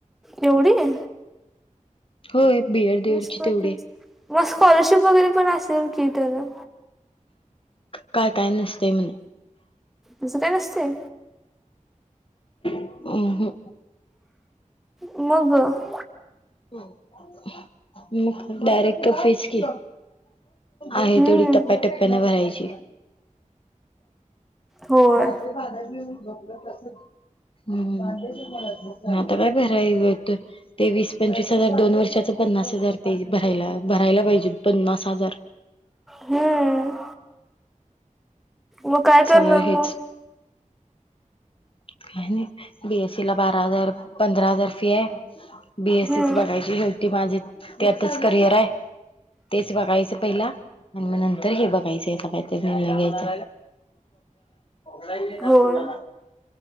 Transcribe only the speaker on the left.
होय, बीएड. डीएडची
तेवढी आहे.
काय काय नसतंय म्हणं.
म्हण
मग डायरेक्ट फीज की, आहे
तेवढी टप्प्याटप्प्यानें भरायची.
रात्री पाण्यान झपलं तसंच. हम हम, आता काय भराय तेवीस. पंचवीस हजार दोन वर्षाच पन्नास हजार ते भरायला भरायला पाहिजे पन्नास हजार.
सगळं
हेच काय नाही बीएससी ला बारा हजार पंधरा हजार फी आहे. बीएससीच
बघायची शेवती माझ त्यातच करिअर आहे. तेच बघायचं पहिला. आणि मग नंतर हे बघायचं काहीत म घ्यायच. ऑलाईन येतात
कुणाला.